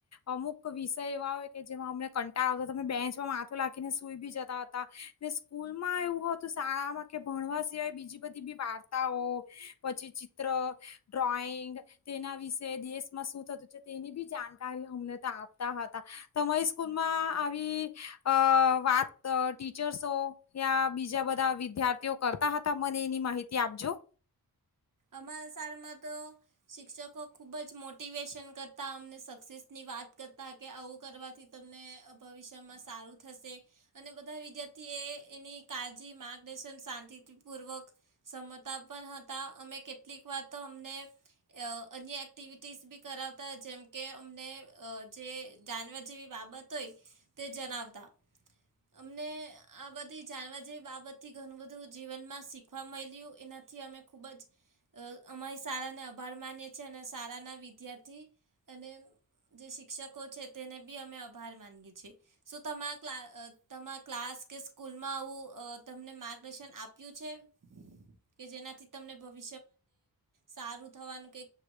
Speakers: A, on the left; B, on the right.
A: અમુક વિષય એવા હોય કે જેમાં અમને કંટાળ આવતા તમે બેન્ચમાં માથું લાખીને સુૂઈ બી જતા હતા ને સ્કૂલમાં એવું હતું શાળામાં કે ભણવા સિવાય બીજી બધી બી વાર્તાઓ, પછી ચિત્ર, ડ્રોઈંગ તેના વિષ તે દેશમાં શું થતું છે તેની બી જાણકારી અમને તો આપતા હતા. તમારી સ્કૂલમાં આવી અ વાત ટીચર્સો યા બીજા બધા વિદ્યાર્થીઓ કરતા હતા? મને એની માહિતી આપજો.
B: અમારા શાળામાં તો શિક્ષકો ખૂબ જ મોટિવેશન કરતા અમને સક્સેસની વાત કરતા કે આવું કરવાથી તમને અ ભવિષ્યમાં સારું થશે અને બધા વિદ્યાર્થી એ એની કાળજી માર્ગદર્શન શાંતિપૂર્વક ક્ષમતા પણ હતા. અમે કેટલીક વાર તો અમને અ અન્ય એક્ટિવિટીઝ બી કરાવતા જેમ કે અમને અ જે જાણવા જેવી બાબત હોય તે જણાવતા અમને આ બધી જાણવા જેવી બાબતથી ઘણું બધું જીવનમાં શીખવા મળ્યું એનાથી અમે ખૂબ જ અ અમારી શાળાને આભાર માનીએ છીએ અને શાળાના વિદ્યાર્થી અને જે શિક્ષકો છે તેને બી અમે આભાર માનીએ છીએ. શું તમારા ક્ અ તમારા ક્લાસ કે સ્કૂલમાં આવું અ તમને માર્ગદર્શન આપ્યું છે કે જેનાથી તમને ભવી સારું થવાનું કે